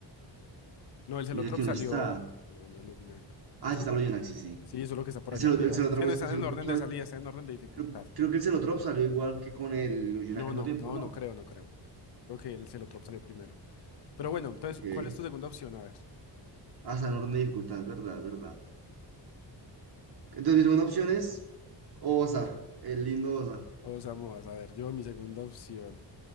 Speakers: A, on the left; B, on the right.
A: no, el Celotrop
B: Mira que
A: salió.
B: no está.
A: No, no, el Uginac.
B: Ah,
A: ¿Qué?
B: sí está el Ujinac, sí, sí.
A: Sí, eso es lo que está por
B: El,
A: allá
B: Celo-
A: arriba.
B: el Celotrop,
A: Es que no
B: es-
A: están
B: el Celotrop
A: en orden
B: sale-
A: de salida, están en orden de dificultad.
B: creo, creo que el Celotrop salió igual que con el Ujinac
A: No,
B: al
A: no,
B: mismo tiempo,
A: no,
B: ¿no?
A: no creo, no creo. Creo que el Celotrop salió primero. Pero bueno, entonces,
B: Ok.
A: ¿cuál es tu segunda opción? A ver.
B: Hasta en orden de dificultad, ¿verdad? ¿Verdad? Entonces, mi segunda opción es Osa, el lindo Osa.
A: Osamoas, a ver, yo mi segunda opción.